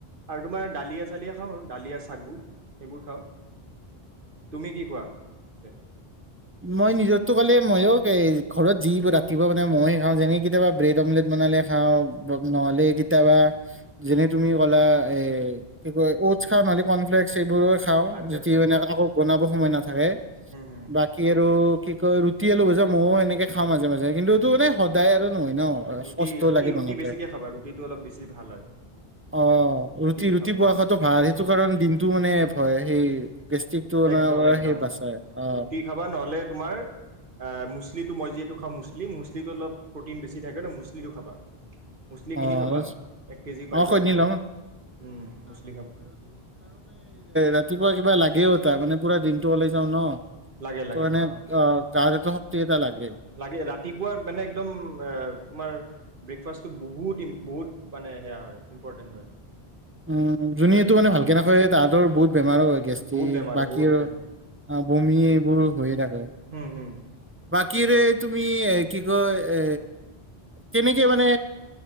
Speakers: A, on the right; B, on the right.
A: আৰু তোমাৰ ডালিয়া-চালিয়া খাওঁ আৰু দালিয়া, ছাগু সেইবোৰ খাওঁ। তুমি কি খোৱা? পিছে
B: মই, নিজৰটো ক'লে ময়ো ঘৰত যি ৰাতিপুৱা মানে ময়ে খাওঁ যেনে কেতিয়াবা ব্ৰেড অমলেট বনালে খাওঁ, নহলে কেতিয়াবা যেনে তুমি ক'লা এ, কি কয় উটছ খাওঁ, নহলে কৰ্ণফ্লেক্স এইবোৰৰ খাওঁ
A: আচ্ছা
B: যদিও
A: আচ্ছা
B: এনেকে আকৌ বনাব সময় নাথাকে।
A: হুম হুম
B: বাকি আৰু অ, কি কয় ৰুটি আলু ভাজা ময়ও এনেকে খাওঁ মাজে-মাজে। কিন্তু, এইটো
A: ৰু
B: মানে সদায় আৰু নহয় ন,
A: ৰুটি
B: কষ্ট
A: ৰুটি
B: লাগে বনাওঁতে।
A: ৰুটি বেছিকৈ খাবা ৰুটিটো অলপ বেছি ভাল হয়
B: অ,
A: ৰুটিটো
B: ৰুটি-ৰুটি
A: খাবা
B: পোৱা খোৱাটো ভাল সেইটো কাৰণে দিনটো মানে ভয় এই গেষ্টিক টো <unintelligible>
A: একদম একদম
B: সেই বাচাই। অ
A: ৰুটি খাবা নহলে তোমাৰ এ মুচলিটো মই যিহেতু খাওঁ মুচলি, মুচলিটো অলপ প্ৰ'টিন বেছি থাকে ন মুচলিটো খাবা। মুছলি
B: <unintelligible>
A: কিনি
B: মইতো
A: থ'বা এক কেজি পাই
B: কাৰণ
A: যায় এনেকে
B: এই
A: উম মুছলি খাবা
B: ৰাতিপুৱা কিবা লাগে তাৰ মানে পুৰা দিন ওলাই যাও ন।
A: লাগে-লাগে
B: সেইটো কাৰণে
A: অ,
B: গাত এটা শক্তি এটা লাগে
A: লাগে ৰাতিপুৱাৰ মানে একদম আ তোমাৰ ব্ৰেকফাষ্টটো বহুত-ইম-বহুত মানে সেয়া হয় ইম্পৰ্টেণ্ট হয়।
B: উম যোনে
A: ৰাতিপুৱা
B: ইটো মানে ভালকে নাখায় তাহঁতৰ বহুত বেমাৰো হয় গেষ্ট্ৰিক
A: বহুত বেমাৰ
B: বাকী
A: হয় বহুত
B: আৰু বমি। বোৰ হৈয়ে থাকে।
A: উম হুম।
B: বাকীৰে তুমি কি কয় এ কেনেকে মানে